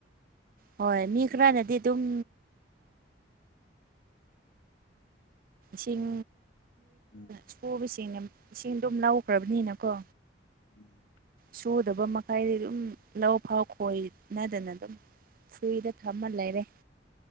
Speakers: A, on the right; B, on the left.
A: ꯍꯣꯏ ꯃꯤ
B: ꯎꯝ
A: ꯈꯔꯅꯗꯤ ꯑꯗꯨꯝ ꯁꯤꯡ
B: ꯎꯝ
A: ꯁꯣ ꯏꯁꯤꯡꯗꯣ ꯑꯗꯨꯝ ꯂꯥꯎꯈ꯭ꯔꯕꯅꯤꯅꯀꯣ
B: ꯎꯝ
A: ꯁꯨꯗꯕ ꯃꯈꯩꯗꯤ ꯑꯗꯨꯝ ꯂꯧ ꯐꯥꯎ ꯈꯣꯏꯅꯗꯅ ꯑꯗꯨꯝ ꯁꯨꯏꯗ ꯊꯝꯃꯜ ꯂꯩꯔꯦ